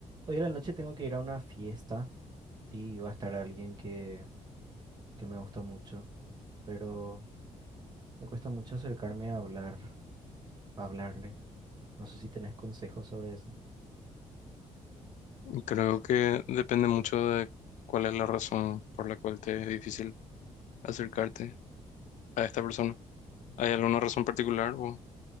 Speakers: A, on the right; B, on the left.
A: Hoy a la noche tengo que ir a una fiesta y va a estar alguien que, que me gusta mucho, pero me cuesta mucho acercarme a hablar, a hablarle. No sé si tenés consejos sobre eso.
B: Creo que depende mucho de cuál es la razón por la cual te es difícil acercarte a esta persona. ¿Hay alguna razón particular o,